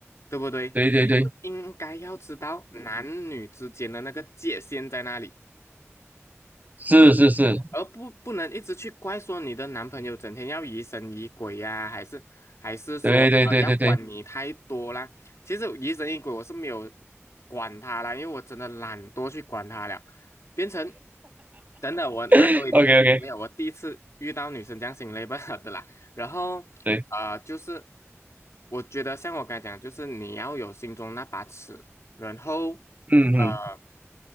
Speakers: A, on the left; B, on the right.
A: 对不对？
B: 对对对，
A: 你是应该要知道男女之间的那个界限在哪里，
B: 是是是，
A: 而不不能一直去怪说你的男朋友整天要疑神疑鬼呀、还是还是说呃要管你太多啦。
B: 对对对对对。
A: 其实疑神疑鬼我是没有管他啦，因为我真的懒惰去管他了，变成等等，我那时候已经是心累了，
B: <laughs> OK OK，
A: 我第一次遇到女生这样心累不好的啦。然后呃就是
B: 对，
A: 我觉得像我刚才讲的就是你要有心中那把尺，然后
B: 嗯嗯，
A: 呃。